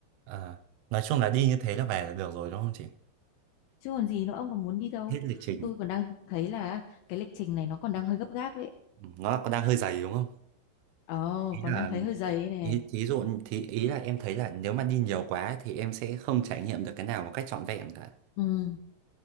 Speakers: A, on the right; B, on the left.
A: À, nói chung là đi như thế là về là được rồi đúng không chị?
B: chứ còn gì nữa ông còn muốn đi đâu
A: Hết lịch trình.
B: tôi còn đang thấy là cái lịch trình này nó còn đang hơi gấp gáp ấy
A: Ừ, Nó có đang hơi dày đúng không?
B: ờ
A: Ý
B: còn
A: là
B: đang thấy hơi dày ấy nè
A: ý, thí dụ thì ý là em thấy là nếu mà đi nhiều quá thì em sẽ không trải nghiệm được cái nào một cách trọn vẹn cả.
B: ừ